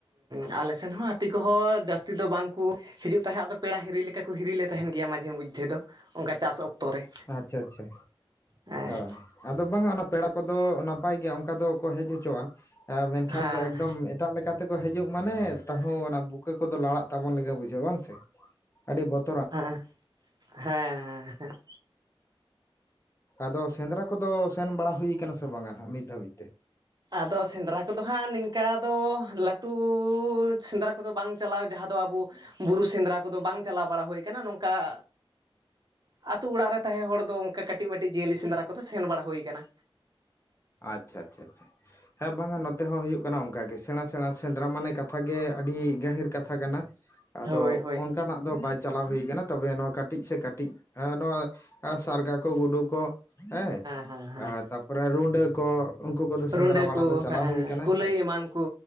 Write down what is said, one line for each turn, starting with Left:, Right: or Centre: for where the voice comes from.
Right: ᱟᱞᱮ ᱥᱮᱱ ᱦᱚᱸ ᱦᱟᱹᱛᱤ ᱠᱚᱦᱚᱸ ᱡᱟᱹᱥᱛᱤ ᱫᱚ ᱵᱟᱝ ᱠᱚ ᱦᱤᱡᱩᱜ ᱛᱟᱦᱮᱸᱫ ᱟᱫᱚ ᱯᱮᱲᱟ ᱦᱤᱨᱤ ᱞᱮᱠᱟ ᱠᱚ ᱦᱤᱨᱤ ᱞᱮ ᱛᱟᱦᱮᱱ ᱜᱮᱭᱟ ᱢᱟᱡᱷᱮ ᱢᱚᱫᱽᱫᱷᱮ ᱫᱚ ᱚᱱᱠᱟ ᱪᱟᱥ ᱚᱠᱛᱚ ᱨᱮ
Left: ᱟᱪᱪᱷᱟ ᱟᱪᱪᱷᱟ
Right: ᱦᱮᱸ
Left: ᱚ ᱟᱫᱚ ᱵᱟᱝᱟ ᱚᱱᱟ ᱯᱮᱲᱟ ᱠᱚᱫᱚ ᱱᱟᱯᱟᱭ ᱜᱮᱭᱟ ᱚᱱᱠᱟ ᱫᱚᱠᱚ ᱦᱮᱡ ᱦᱚᱪᱚᱣᱟᱱ ᱢᱮᱱᱠᱷᱟᱱ
Right: ᱦᱮᱸ
Left: ᱫᱚ ᱮᱠᱫᱚᱢ ᱮᱴᱟᱜ ᱞᱮᱠᱟᱛᱮᱠᱚ ᱦᱮᱡᱚᱜ ᱢᱟᱱᱮ ᱛᱟᱺᱦᱩᱸ ᱚᱱᱟ ᱵᱩᱠᱟᱹ ᱠᱚᱫᱚ ᱞᱟᱲᱟᱜ ᱛᱟᱵᱚᱱ ᱞᱮᱠᱟ ᱵᱩᱡᱷᱟᱹᱜ ᱵᱟᱝᱥᱮ? ᱟᱹᱰᱤ ᱵᱚᱛ
Right: ᱦᱮᱸ ᱦᱮᱸ ᱦᱮᱸ ᱦᱮᱸ
Left: ᱟᱫᱚ ᱥᱮᱸᱫᱽᱨᱟ ᱠᱚᱫᱚ ᱥᱮᱱ ᱵᱟᱲᱟ ᱦᱩᱭᱠ ᱥᱮ ᱵᱟᱝᱟ ᱱᱟᱜ ᱱᱤᱛ ᱫᱷᱟᱹᱵᱤᱡ ᱛᱮ
Right: ᱟᱫᱚ ᱥᱮᱸᱫᱽᱨᱟ ᱠᱚᱫᱚ ᱦᱟᱸᱜ ᱱᱤᱝᱠᱟ ᱫᱚ ᱞᱟᱹᱴᱩᱻ ᱥᱮᱸᱫᱽᱨᱟ ᱠᱚᱫᱚ ᱵᱟᱝ ᱪᱟᱞᱟᱣ ᱡᱟᱦᱟᱸ ᱫᱚ ᱟᱵᱚ ᱵᱩᱨᱩ ᱥᱮᱸᱫᱽᱨᱟ ᱠᱚᱫᱚ ᱵᱟᱝ ᱪᱟᱞᱟᱣ ᱵᱟᱲᱟ ᱦᱩᱭ ᱠᱟᱱᱟ ᱱᱚᱝᱠᱟ ᱟ ᱟᱹᱛᱩᱳ ᱚᱲᱟᱜ ᱨᱮ ᱛᱟᱦᱮᱸ ᱦᱚᱲ ᱫᱚ ᱚᱱᱠᱟ ᱠᱟᱹᱴᱤᱡ ᱢᱴᱤᱡ ᱡᱤᱭᱟᱹᱞᱤ ᱥᱮᱸᱫᱽᱨᱟ ᱠᱚᱫᱚ ᱥᱮᱱ ᱵᱟᱲᱟ ᱦᱩᱭᱟᱱᱟ
Left: ᱟᱪᱷᱟ ᱪᱷᱟ ᱪᱷᱟ ᱦᱮᱸ ᱵᱟᱝᱟ ᱱᱚᱛᱮ ᱦᱚᱸ ᱦᱩᱭᱩᱜ ᱠᱟᱱᱟ ᱚᱱᱠᱟ ᱜᱮ ᱥᱮᱬᱟ ᱥᱮᱬᱟ ᱥᱮᱸᱫᱽᱨᱟ ᱢᱟᱱᱮ ᱠᱟᱛᱷᱟ ᱜᱮ ᱟᱹᱰᱤ ᱜᱟᱹᱦᱤᱨ ᱠᱟᱛᱷᱟ ᱠᱟᱛᱷᱟ ᱠᱟᱱᱟ ᱟᱫᱚ
Right: ᱦᱳᱭ ᱦᱳᱭ
Left: ᱚᱱᱠᱟ ᱱᱟᱜ ᱫᱚ ᱵᱟᱭ ᱪᱟᱞᱟᱣ ᱦᱩᱭ ᱠᱟᱱᱟ ᱛᱚᱵᱮ ᱱᱚᱣᱟ ᱠᱟᱹᱴᱤᱡ ᱥᱮ ᱠᱟᱹᱴᱤᱡ ᱱᱚᱣᱟ ᱥᱟᱨᱜᱟ ᱠᱚ ᱜᱩᱰᱩ ᱠᱚ ᱦᱮᱸ
Right: ᱦᱮᱸ ᱦᱮᱸ
Left: ᱟᱨ ᱛᱟᱯᱚᱨᱮ ᱨᱩᱸᱰᱟᱹ ᱠᱚ ᱩᱱᱠᱩ ᱠᱚᱫᱚ ᱥᱮᱸᱫᱽᱨᱟ
Right: ᱨᱩᱰᱟᱹ
Left: ᱵᱟᱲᱟ
Right: ᱠᱚ
Left: ᱫᱚ ᱪᱟᱞᱟᱣ
Right: ᱦᱮᱸ
Left: ᱦᱩᱭ ᱠᱟᱱᱟ
Right: ᱠᱩᱞᱟᱹᱭ
Left: ᱦᱮᱸ
Right: ᱮᱢᱟᱱ ᱠᱚ